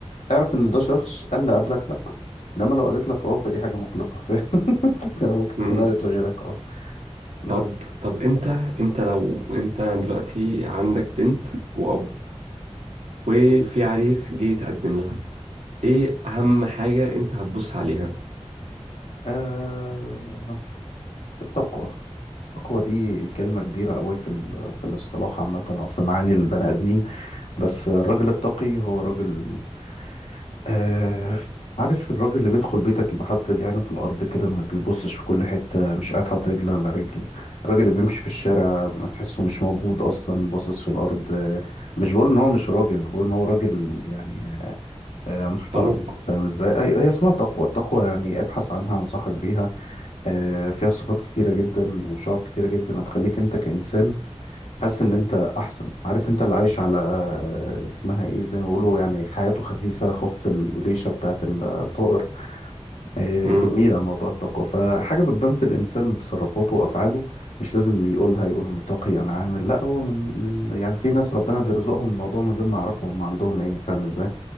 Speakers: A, on the left; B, on the right.
A: اعرف ان ده شخص قال لا قبلك لا انما لو قالت لك اه فدي حاجه مقلقه <laughs> فاهم ممكن تكون
B: مم.
A: قالت لغيرك اه بس
B: طب طب انت انت لو انت دلوقتي عندك بنت واب وفي عريس جه يتقدم لها ايه اهم حاجة انت هتبص عليها
A: آه التقوى التقوى دي كلمة كبيرة أوي في ال- في الاصطلاح عامة أو في معاني البني آدمين بس الراجل التقي هو راجل آه عارف الراجل اللي بيدخل بيتك يبقى حاطط رجلينه في الأرض كده ما بيبصش في كل حتة مش قاعد حاطط رجل على رجل الراجل اللي بيمشي في الشارع ما تحسه مش موجود أصلا باصص في الأرض آه مش بقول إن هو مش راجل أنا بقول إن هو راجل يعني آه محترم
B: خلوق
A: فاهم إزاي أي- هي اسمها تقوى التقوى يعني ابحث عنها أنصحك بيها آه، فيها صفات كتيرة جدا وشعب كتيرة جدا هتخليك انت كإنسان حاسس ان انت احسن عارف انت اللي عايش على آه، اسمها ايه زي ما بيقولوا يعني حياته خفيفة خف الريشة بتاعت الطائر آه،
B: مم.
A: جميلة موضوع التقوى فحاجة بتبان في الانسان من تصرفاته وافعاله مش لازم يقولها يقول انه تقي انا عامل لا هو من من يعني في ناس ربنا بيرزقهم الموضوع من غير ما يعرفوا هم عندهم ايه فاهم ازاي